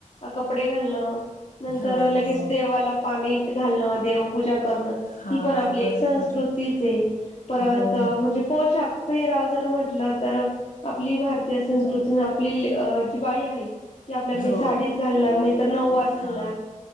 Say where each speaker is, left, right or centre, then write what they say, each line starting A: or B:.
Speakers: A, on the left; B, on the left.
A: कपडे घालणं. नंतर
B: हो
A: लगेच देवाला पाणी घालणं देवपूजा करणं
B: हा
A: ही पण आपली
B: बरोबर
A: एक संस्कृतीच आहे.
B: आहे
A: परत
B: हो
A: म्हणजे
B: ना
A: पोशाख पेराव जर म्हटलं तर आपली भारतीय संस्कृती ना आपली अ जी बाई आहे. ती आपल्याकडे
B: हो
A: साडीच घालणार, नाहीतर नऊवार घालणार
B: हा